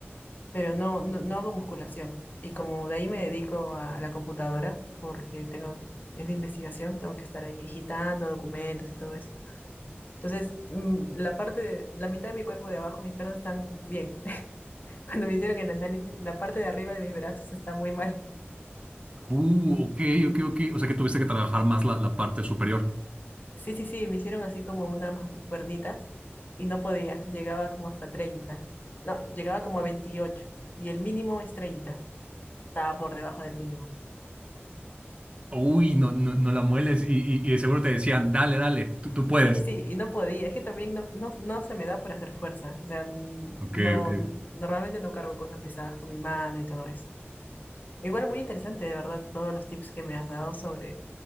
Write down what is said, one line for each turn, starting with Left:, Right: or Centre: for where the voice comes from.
Left: pero no, no, no hago musculación. Y como de ahí me dedico a la computadora, porque tengo, es de investigación, tengo que estar ahí digitando documentos y todo eso. Entonces, mm, la parte de- la mitad de mi cuerpo de abajo, mis piernas están bien. <laughs> Cuando me hicieron el análisis, la parte de arriba de mis brazos está muy mal.
Right: Uh, ok, ok, ok. O sea que tuviste que trabajar más la, la parte superior.
Left: Sí, sí, sí, me hicieron así como unas mas- cuernitas y no podía, llegaba como hasta treinta No, llegaba como a veintiocho y el mínimo es treinta Estaba por debajo del mínimo.
Right: Uy, no, no, no la mueles y, y, y de seguro te decían, dale, dale, tú, tú puedes.
Left: Sí, sí, sí, y no podía, es que también no, no, no se me da por hacer fuerza, o sea, n-
Right: Ok,
Left: no,
Right: ok.
Left: normalmente no cargo cosas pesadas con mi mano y todo eso. Igual muy interesante, de verdad, todos los tips que me has dado sobre,